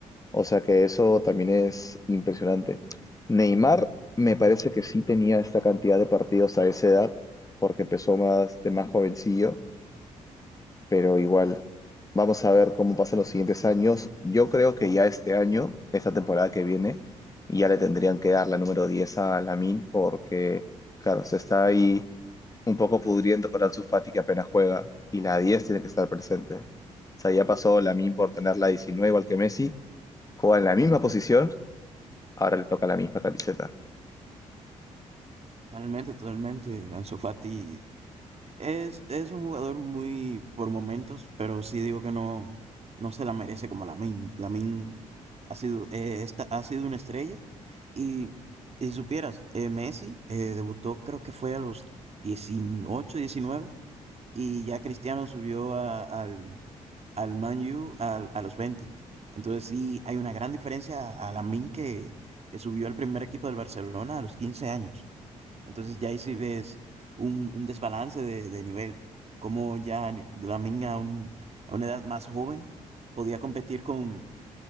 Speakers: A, on the left; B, on the right.
A: O sea que eso también es impresionante. Neymar me parece que sí tenía esta cantidad de partidos a esa edad, porque empezó más de más jovencillo, pero igual, vamos a ver cómo pasan los siguientes años. Yo creo que ya este año, esta temporada que viene, ya le tendrían que dar la número 10 a Lamin porque, claro, se está ahí un poco pudriendo con Ansu Fati que apenas juega y la 10 tiene que estar presente. O sea, ya pasó Lamin por tener la 19 igual que Messi, juega en la misma posición, ahora le toca la misma camiseta.
B: Totalmente, totalmente. Ansu Fati es, es un jugador muy por momentos, pero sí digo que no, no se la merece como Lamin. Lamin ha sido, eh, esta, ha sido una estrella y, y si supieras, eh, Messi eh, debutó creo que fue a los 18 19 y ya Cristiano subió a- al, al Man U al- a los 20. Entonces sí, hay una gran diferencia a Lamine que, que subió al primer equipo del Barcelona a los 15 años. Entonces ya ahí sí ves un, un desbalance de, de nivel, como ya ni- Lamine a, un- a una edad más joven podía competir con,